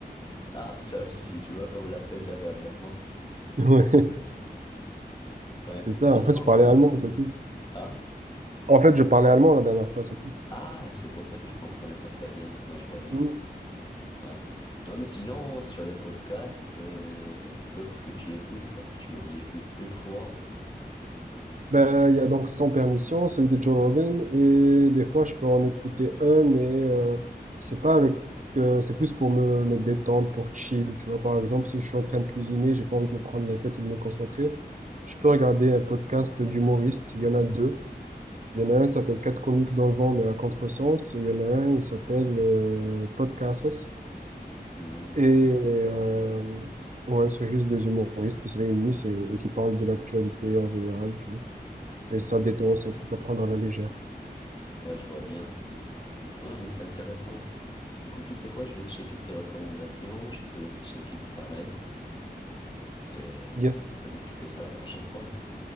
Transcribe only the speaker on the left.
Ah, ça aussi, tu vois, comme l'appel de la dernière fois.
Ouais.
Sinon,
on-
ah,
ah, c'est pour ça que je comprenais pas très bien. Ouais, je vois bien.
Ouais. Non, mais sinon, sur les podcasts, euh, d'autres que tu écoutes, parce que tu m'as dit j'écoute deux, trois.
Hmm.
Ouais, je vois bien. Non, non, mais c'est intéressant. Écoute, tu sais quoi, je vais checker tes recommandations, je te laisse checker pareil et
on va discuter de ça la prochaine fois.